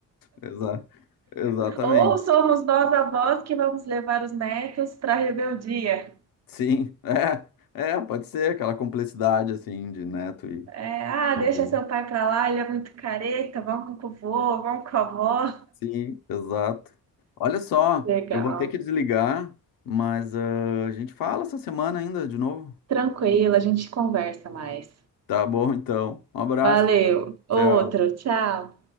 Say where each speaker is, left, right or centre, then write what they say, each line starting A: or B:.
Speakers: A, on the left; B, on the right.
A: exa, exatamente.
B: Ou somos nós avós que vamos levar os netos para a rebeldia.
A: Sim, é, é, pode ser aquela complexidade, assim, de neto e
B: É, ah,
A: avô.
B: deixa seu pai para lá, ele é muito careta, vamos com o vô, vamos com a avó.
A: Sim, exato. Olha só,
B: Legal.
A: eu vou ter que desligar, mas ah, a gente fala essa semana ainda, de novo.
B: Tranquilo, a gente conversa mais.
A: Tá bom, então. Um abraço.
B: Valeu. Outro,
A: Tchau.
B: tchau.